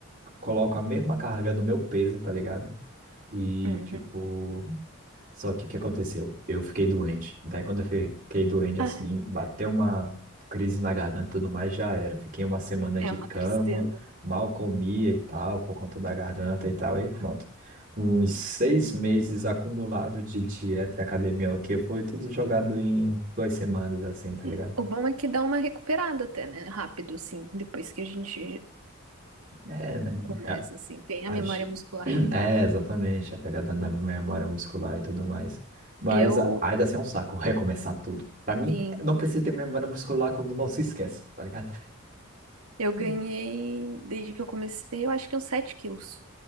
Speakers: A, on the right; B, on the right.
A: coloco a mesma carga do meu peso, tá ligado? E,
B: Uhum.
A: tipo, só que o que aconteceu? Eu fiquei doente. Daí quando eu fiquei doente
B: Ah,
A: assim, bateu uma crise na garganta e tudo mais, já era. Fiquei uma semana
B: É
A: de
B: uma
A: cama,
B: tristeza.
A: mal comia e tal, por conta da garganta e tal, e pronto. Uns seis meses acumulado de dieta e academia, o que foi tudo jogado em duas semanas, assim, tá
B: É.
A: ligado?
B: O bom é que dá uma recuperada até, né? Rápido, assim, depois que a gente
A: É, né?
B: começa, assim, tem
A: Acho...
B: a memória muscular,
A: <clears throat>
B: né?
A: É, exatamente, a pegada da memória muscular e tudo mais. Mas
B: Eu,
A: a- ainda assim é um saco <laughs> recomeçar tudo. Pra mim,
B: sim,
A: não precisa ter memória muscular quando não se esquece, tá ligado?
B: eu ganhei,
A: Hum.
B: desde que eu comecei, eu acho que uns 7 quilos.